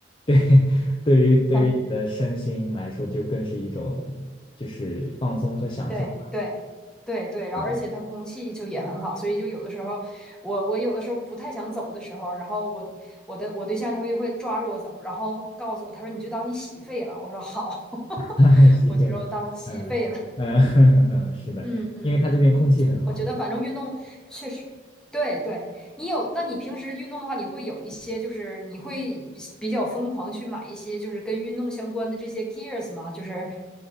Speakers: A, on the left; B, in the centre.
A: 对 <laughs> 对于对于你的身心来说，
B: 很
A: 就更是一种就是放松和享受吧。
B: 对对对对，然后而且它空气就也很好，
A: 对，
B: 所以就有的时候我我有的时候不太想走的时候，然后我我的我对象他会会抓着我走，然后告诉我，他说你就当你洗肺了，我说好，<laughs>
A: <laughs> 吸肺了，
B: 我就说当洗肺了，
A: 嗯嗯 <laughs> 嗯，是的，
B: 嗯嗯。
A: 因为它这边空气很好嘛。
B: 我觉得反正运动确实，对对，你有，那你平时运动的话，你会有一些，就是你会比较疯狂去买一些，就是跟运动相关的这些 gears 吗？就是